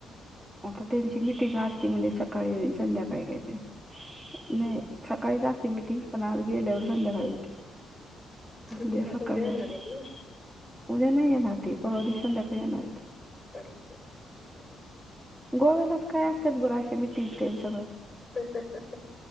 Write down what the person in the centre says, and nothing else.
आता त्यांची मिीटिंग असती म्हने, सकाळी आणि संध्याकाळी काहीतरी.
नाही, स सकाळीच आस्ती मिटिंग. पण आज गेल्यावर संध्याकाळी घेती.
उद्या
सकाळी
असती.
उद्या नाही येणार ते. परवा दिशी संध्याकाळी येणारत.
गोव्यालाच काय असत्यात बरं. अशा मिटिंग, ते न सगळं.